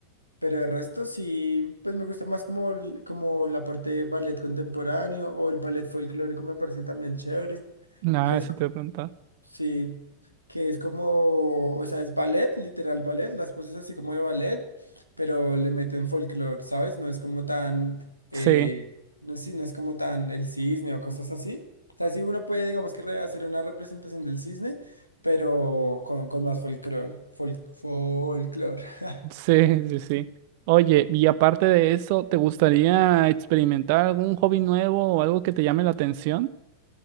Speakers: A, on the left; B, on the right.
A: Pero el resto sí, pues me gusta más como, el- como la parte de ballet contemporáneo o el ballet folclórico me parece también chévere,
B: nada,
A: que es
B: eso te voy a preguntar.
A: Sí, que es como, o sea, es ballet, literal ballet, las poses así como de ballet, pero le meten folclore, ¿sabes? No es como tan, eh,
B: Sí,
A: no, sí, no es como tan el cisne o cosas así. O sea, sí uno puede, digamos que re- hacer una representación del cisne, pero con, con más folclore, fol- folclore. <laughs>
B: sí, sí, sí. Oye, y aparte de eso, ¿te gustaría experimentar algún hobby nuevo o algo que te llame la atención?